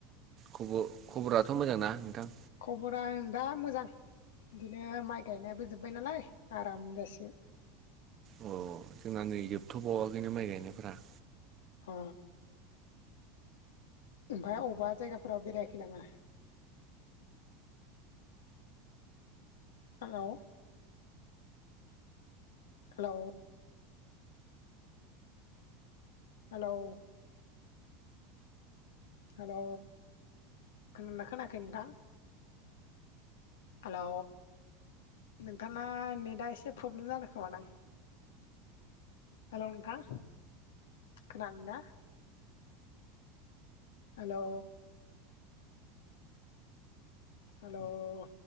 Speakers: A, on the right; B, on the left.
A: खब खबराथ' मोजांना नोंथां?
B: खबरा ओं दा मोजां। बिदिनो माइ गायनायाबो जोब्बाय नालाय आराम जासिगोन।
A: अ जोंना नै जोबथ'बावाखैनो माइ गायनायफोरा।
B: अ। ओमफाय अबबा जायगाफोराव बेरायाखै नामा? हेलौ। हेलौ। हेलौ। हेलौ खोनादोंना खोनायाखै नोंथां? हेलौ। नोंथाङा नेटआ एसे प्रब्लेम जादों खोमादां? हेलौ नोंथां खोनानो ना?
A: <inaudible>
B: Hello hello